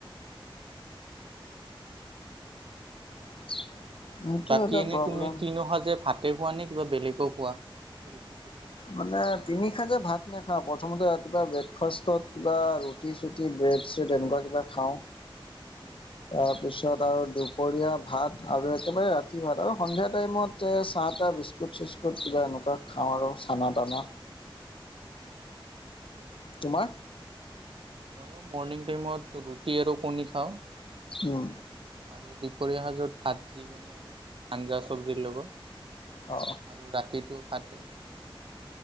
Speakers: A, on the right; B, on the left.
A: উম,
B: <inaudible>
A: বাকী
B: এটা
A: এনে
B: প্ৰব্লেম
A: তুমি তিনোসাজে ভাতে খোৱা নে কিবা বেলেগো খোৱা? ৰুটি চুটি
B: মানে তিনিশা যে ভাত নেখাওঁ প্ৰথমতে কিবা ব্ৰেকফাষ্টত কিবা ৰুটি চুটি ব্ৰেড চ্ৰেড এনেকুৱা কিবা খাওঁ।
A: উম
B: অ', পিছত আৰু দুপৰীয়া ভাত আৰু একেবাৰে ৰাতি ভাত আৰু সন্ধিয়া টাইমত এ চাহ তাহ বিস্কুট। বিস্কুট চিস্কুট কিবা এনেকুৱা খাওঁ আৰু চানা তানা।
A: উম, উম,
B: তোমাৰ
A: ময়ো মৰ্ণিং টাইমত ৰুটি আৰু কণী খাওঁ।
B: উম
A: আৰু দুপৰীয়া সাজত ভাত যি বনে আৰু আঞ্জা চব্জিৰ লগত
B: অ
A: আৰু ৰাতিটো ফাটে